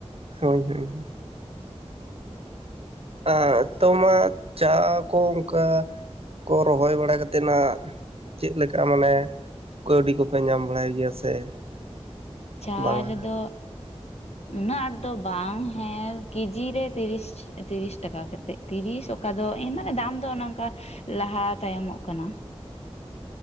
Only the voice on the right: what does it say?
ᱦᱳᱭ ᱦᱳᱭ ᱾
ᱟ ᱛᱚ ᱢᱟᱜ ᱪᱟ ᱠᱚ ᱚᱱᱠᱟ ᱠᱚ ᱨᱚᱦᱚᱭ ᱵᱟᱲᱟ ᱠᱟᱛᱮᱫ ᱱᱟᱜ ᱪᱮᱫ ᱞᱮᱠᱟ ᱢᱟᱱᱮ ᱠᱟᱹᱣᱰᱤ ᱠᱚᱯᱮ ᱧᱟᱢ ᱵᱟᱲᱟᱭ ᱜᱮᱭᱟ ᱥᱮ
ᱵᱟᱝᱟ